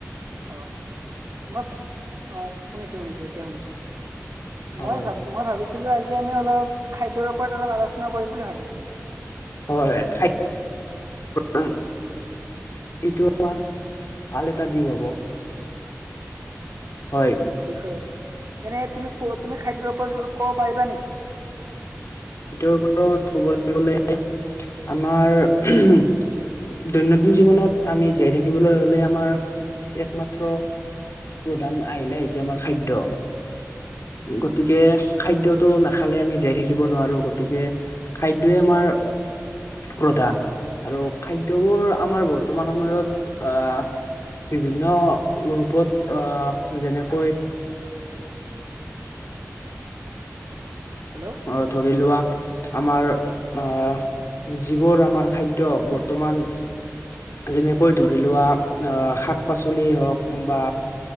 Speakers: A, on the right; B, on the left.
A: অ ম <unintelligible> <inaudible> অ' শুনিছো শুনিছো এতিয়া শুনিছো। মই
B: হয়
A: ভাব মই ভাবিছো কিন্তু আজি আমি অলপ খাদ্যৰ ওপৰত অলপ আলোচনা কৰিম বুলি ভাবিছিলো।
B: হয় খ আম এইটো আমাৰ ভাল এটা দিশ হব <unintelligible> হয়।
A: বিষয় এনে তুমি ক তুমি খাদ্যৰ ওপৰত অলপ ক'ব পাৰিবা নেকি?
B: খাদ্য ওপৰত ক'বলৈ গলে আমাৰ দৈনন্দিন জীৱনত আমি জীয়াই থাকিবলৈ হলে আমাৰ একমাত্ৰ প্ৰধান আহিলা হৈছে আমাৰ খাদ্য।
A: উম
B: গতিকে খাদ্যয়টো নাখালে আমি জীয়াই থাকিব নোৱাৰো গতিকে খাদ্যই আমাৰ প্ৰধান আৰু খাদ্যবোৰ আমাৰ বৰ্তমান সময়ত আহ বিভিন্ন ৰূপত আহ যেনেকৈ
A: হেল্ল'
B: অ ধৰিলোৱা আমাৰ আহ যিবোৰ আমাৰ খাদ্য বৰ্তমান যেনেকৈ ধৰি লোৱা আহ শাক পাচলি হওঁক বা